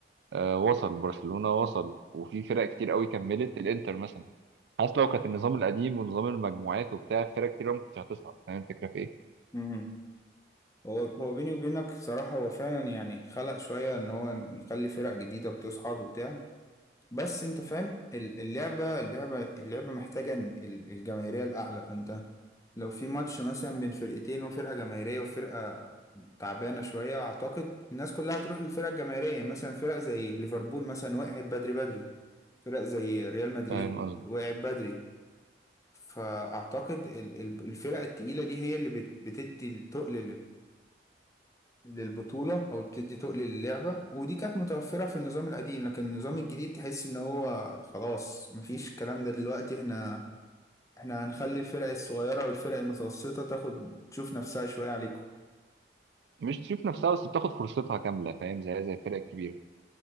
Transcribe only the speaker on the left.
امم هو هو بيني وبينك صراحة هو فعلا يعني خلق شوية إن هو يخلي فرق جديدة بتصعد وبتاع بس انت فاهم ال- اللعبة اللعبة اللعبة محتاجة ان- ال- الجماهيرية الأعلى فانت لو في ماتش مثلا بين فرقتين وفرقة جماهيرية وفرقة تعبانة شوية أعتقد الناس كلها هتروح للفرقة الجماهيرية مثلا فرق زي ليفربول مثلا وقعت بدري بدري فرق زي ريال مدريد
وقعت بدري فأعتقد ال- ال- الفرق التقيلة دي هي اللي بت- بتدي التقل للبطولة أو بتدي تقل للعبة ودي كانت متوفرة في النظام القديم لكن النظام الجديد تحس إن هو خلاص مفيش الكلام ده دلوقتي إحنا إحنا هنخلي الفرق الصغيرة والفرق المتوسطة تاخد تشوف نفسها شوية عليكم